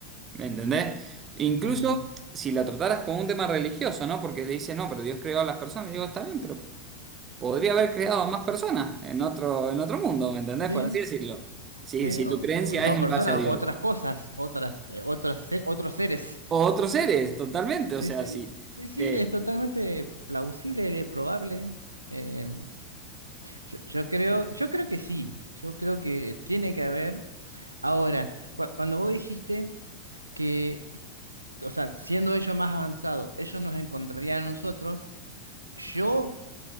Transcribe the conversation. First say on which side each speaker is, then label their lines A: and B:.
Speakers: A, on the right; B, on the right.
A: ¿Me entendés? Incluso
B: Ujú.
A: si la trataras como un tema religioso, ¿no? Porque te dice, no, pero Dios creó a las personas, y digo, está bien, pero podría haber creado a más personas en otro, en otro mundo, ¿me entendés?
B: Sí,
A: Por así decirlo. Si,
B: sí,
A: si
B: o,
A: tu creencia
B: o no
A: es
B: personas,
A: en base a Dios.
B: otras cosas, otras, eh, otros, se- otros seres.
A: O otros seres, totalmente, o
B: Sí,
A: sea,
B: sí,
A: sí.
B: sí, sí,
A: eh,
B: es totalmente plausible, probable. Eh, yo, yo creo, yo creo que sí, yo creo que tiene que haber. Ahora, cua- cuando vos dijiste que, o sea, siendo ellos más avanzados, ellos nos encontrarían a nosotros, yo